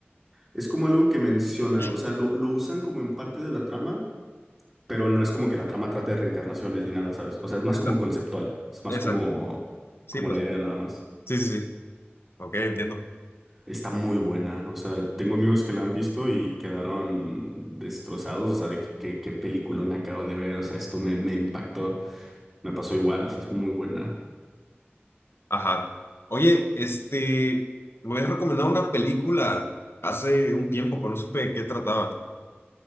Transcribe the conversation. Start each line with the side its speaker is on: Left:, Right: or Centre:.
Right: Es como algo que mencionan,
Left: Sí.
Right: o sea, lo, lo usan como en parte de la trama, pero no es como que la trama trate de reencarnaciones ni nada, ¿sabes? O sea, es más
Left: Exacto.
Right: como conceptual, es más
Left: Exacto.
Right: como,
Left: Sí,
Right: como
Left: pues.
Right: la idea nada más.
Left: Sí, sí, sí. Ok, entiendo.
Right: Está muy buena, o sea, tengo amigos que la han visto y quedaron destrozados, o sea, de que, que, qué peliculón acabo de ver, o sea, esto me, me impactó, me pasó igual, o sea, es muy buena.
Left: Ajá. Oye, este, me habías recomendado una película hace un tiempo, pero no supe de qué trataba.